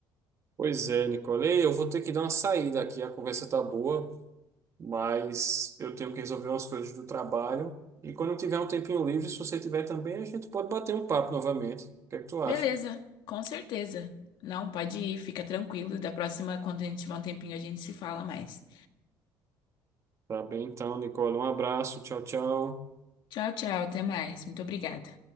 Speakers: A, on the right (about 35°); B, on the left (about 70°).
A: Pois é, Nicole. Eu vou ter que dar uma saída aqui. A conversa tá boa, mas eu tenho que resolver umas coisas do trabalho. E quando eu tiver um tempinho livre, se você tiver também, a gente pode bater um papo novamente. O que é que tu
B: Beleza,
A: acha?
B: com certeza. Não, pode ir, fica tranquilo. Da próxima, quando a gente tiver um tempinho, a gente se fala mais.
A: Tá bem, então, Nicole. Um abraço. Tchau, tchau.
B: Tchau, tchau, até mais. Muito obrigada.